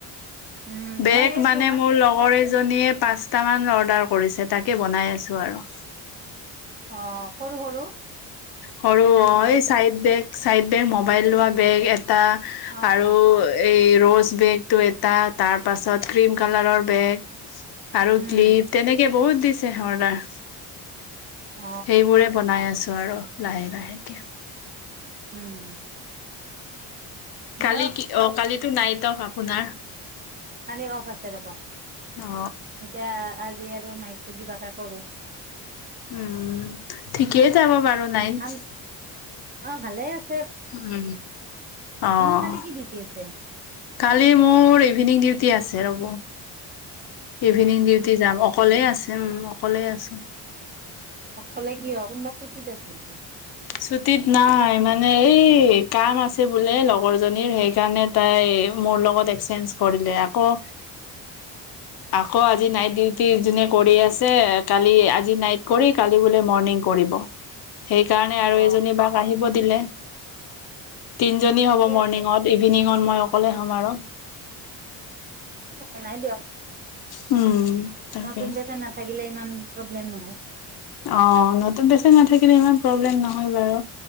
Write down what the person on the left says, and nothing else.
বেগ
মানে মোৰ লগৰে আইজনীয়ে পাঁচতা মান অৰ্ডাৰ কৰিছে। তাকে বনাই আছো আৰু।
হৰু
অঐ চাহিত ব চাইদে বেগ মোবাইল লোৱা বেগ এ তাৰ
আৰু এই ৰ'জ বেগতটো এটা তাৰ পাছত ক্ৰীম কালাৰৰ বেগ আৰু
ক্লিপ তেনেকে বহুত দিছ চে হৰ্ডাৰ।
সেইবোৰে বনাই আছো। নোৱাৰো। লাহে লাহেকে।
কালি কি অ কালি এইটো নাইটক আপোনাৰ
অ
উম ঠিকেই যাব বাৰু নাইনচ।
উম, অ',
কালি মোৰ ইভিনিং ডিউট তি আছে ৰ'ব। ইভিনিং ডিউটি যাম অকলেই আছে। অকলে আছো।
ছুটিত নাই মানে এই কাম আছে বোলে লগৰ জনীৰ সেইকাৰণে তাই মোৰ লগত এক্সচেঞ্জ কৰিলে আকৌ আকৌ আজি নাইট ডিউটি যোনে কৰি আছে কালি, আজি নাইট কৰি কালি বোলে মৰ্ণিং কৰিব। সেইকাৰণে আৰু
এজনী বাাক আহিব দিলে তিনজনী হ'ব
মৰ্ণিঙত,
ইভিনিঙত মই অকলে সমাৰণ
উম। তাকে
অ' নতুন পেচেণ্ট নাথাকিলে ইমান প্ৰব্লেম নহয় বাৰু।